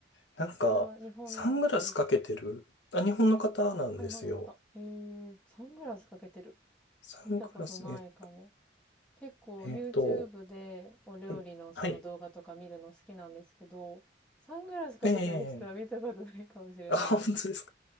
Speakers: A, on the left; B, in the centre.
A: なんか、
B: それは日本の人ですか
A: サングラスかけてる、あ、日本の方なんですよ。
B: あ、日本の方。へえ。サングラスかけてる。
A: サングラス、
B: 見たことないかも。
A: え、
B: 結構
A: えっと、
B: YouTube でお料理のその動画とか見るの好きなんですけど、
A: はい、はい、
B: サングラスかけてる人は見たことないかもしれないです。
A: ええあ、本当です